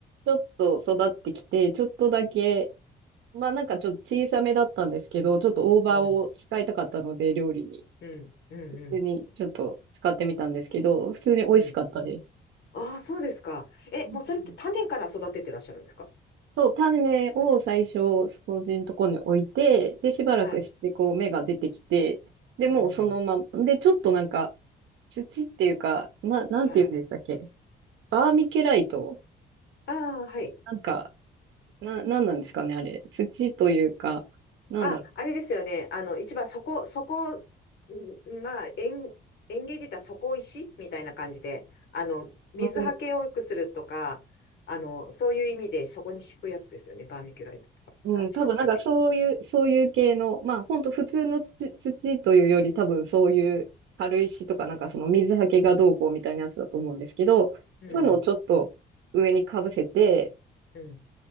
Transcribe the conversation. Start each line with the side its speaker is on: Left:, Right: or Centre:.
Right: ょっと育ってきて、ちょっとだけ、まあなんかちょっと小さめだったんですけど、ちょっと大葉を使いたかったので、
Left: うん、
Right: 料理に。
Left: うん、うん、
Right: 普通にちょっと使ってみたんですけど、
Left: うん、
Right: 普通に美味しかったです。
Left: うん。ああ、そうですか。え、
Right: うん
Left: もうそれって種から育ててらっしゃるんですか
Right: そう、種を最初、掃除のとこに置いて、で、しばらくして、
Left: はい。
Right: こう、芽が出てきて、で、もうそのまま、
Left: うん、うん。
Right: で、ちょっとなんか、土っていうか、な、なんて言うんでしたっけ
Left: はい。
Right: バーミキュライト
Left: ああ、はい。
Right: なんか、な、なんなんですかね、あれ。土というか、なんだろ
Left: あ、あれですよね。あの、一番そこ、そこ、んまあ、園、園芸で言ったら底石みたいな感じで、あの、水はけを良くするとか、
Right: う。う
Left: あの、そういう意味でそこに敷くやつですよね。バーミキュライトとか。
Right: ん、
Left: あ、
Right: うん、
Left: 違いましたっけ
Right: 多分なんかそういう、そういう系の、まあ、ほんと普通の土、土というより、多分そういう軽石とか、なんかその水はけがどうこうみたいなやつだと思うんですけど、
Left: うん、
Right: そういうのをちょっと、上にかぶせて、
Left: うん。